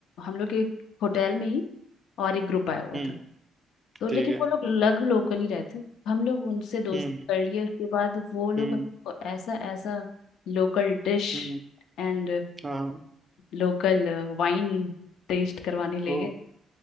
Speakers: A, on the left; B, on the right.
A: हम लोग के होटल में ही और एक ग्रुप आया हुआ
B: हम्म
A: था तो
B: ठीक
A: लेकिन
B: है
A: वो लोग लग लोकल ही रहते हम लोग उनसे दोस्ती
B: हम्म
A: कर लिए उसके बाद वो लोग
B: हम्म
A: हमको ऐसा ऐसा local dish
B: हम्म
A: and
B: हाँ
A: local wine taste करवाने ले
B: ओ
A: गए